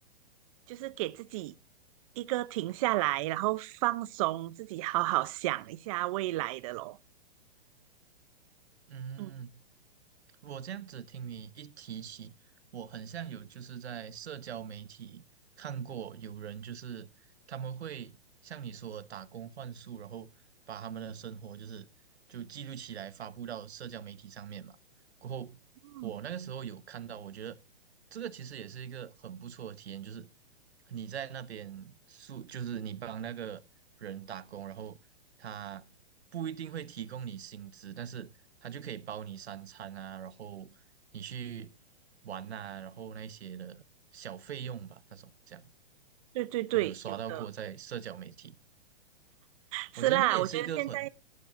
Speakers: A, on the right; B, on the right.
A: 就是给自己一个停下来，然后放松自己，好好想一下未来的咯。
B: 嗯。
A: 嗯
B: 我这样子听你一提起，我很像有就是在社交媒体看过有人就是他们会像你说的打工换宿，然后把他们的生活就是就记录起来发布到社交媒体上面嘛。过后我那个时候有看到，
A: 嗯，
B: 我觉得这个其实也是一个很不错的体验，就是你在那边住，就是你帮那个人打工，然后他不一定会提供你薪资，但是他就可以包你三餐啊，然后你去玩啊，然后那些的小费用吧，那种这样，
A: 对对对，
B: 我有刷到过在社交媒体，
A: 有的是啦，
B: 我觉得那个也是一个很，
A: 我觉得现在